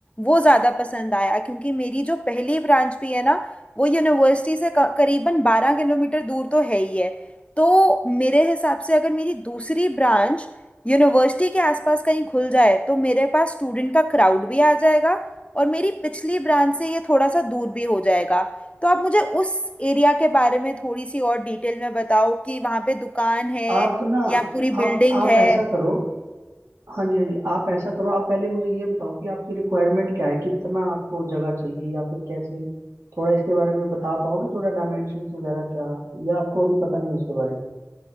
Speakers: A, on the left (about 25°); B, on the right (about 65°).
A: वो ज्यादा पसंद आया क्योंकि मेरी जो पहली ब्रांच भी है ना वो यूनिवर्सिटी से क- करीबन बारह किलोमीटर दूर तो है ही है तो मेरे हिसाब से अगर मेरी दूसरी ब्रांच यूनिवर्सिटी के आसपास कहीं खुल जाए तो मेरे पास स्टूडेंट का क्राउड भी आ जाएगा और मेरी पिछली ब्रांच से ये थोड़ा सा दूर भी हो जाएगा तो आप मुझे उस एरिया के बारे में थोड़ी सी और डिटेल में बताओ कि वहाँ पे दुकान है
B: आप ना
A: या पूरी बिल्डिंग
B: आप आप
A: है
B: ऐसा करो हाँ जी हाँ जी आप ऐसा करो आप पहले मुझे ये बताओ कि आपकी रिक्वायरमेंट क्या है कितना आपको जगह चाहिए या फिर कैसे थोड़ा इसके बारे में बता पाओगे थोड़ा डायमेंशंस वगैरह क्या या आपको अभी पता नहीं है उसके बारे